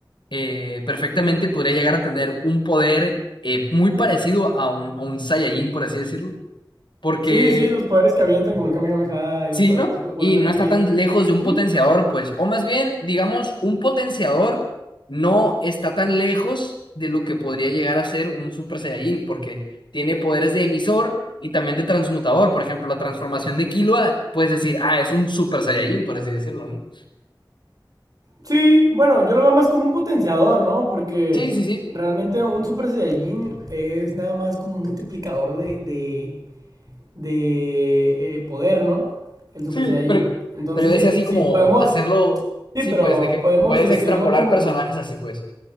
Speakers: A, on the left; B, on the right.
A: eh, perfectamente podría llegar a tener un poder eh, muy parecido a un, a un Saiyajin, por así decirlo. Porque
B: Sí, sí, los poderes que avientan, como el Kamehameha
A: Sí,
B: y todas
A: ¿no?
B: las bo- bolas
A: Y
B: de
A: no
B: energía.
A: está tan lejos de un
B: Sí,
A: potenciador, pues. O más bien, digamos, un potenciador no está tan lejos de lo que podría llegar a ser un Super Saiyajin, porque tiene poderes de emisor y también de transmutador. Por ejemplo, la transformación de Killua, puedes decir, ah, es un Super Saiyajin, por así decirlo, ¿no?
B: sí, bueno, yo lo veo más como un potenciador, ¿no? Porque
A: Sí, sí, sí.
B: realmente un Super Saiyajin es nada más como un multiplicador de, de, de, eh, poder, ¿no? El Super
A: Sí,
B: Saiyajin.
A: pero
B: Entonces,
A: Pero yo
B: sí,
A: decía así
B: sí
A: como
B: podemos,
A: hacerlo,
B: sí,
A: sí,
B: pero
A: pues, de que
B: podemos
A: puedes
B: decirlo
A: extrapolar
B: como...
A: personajes así, pues.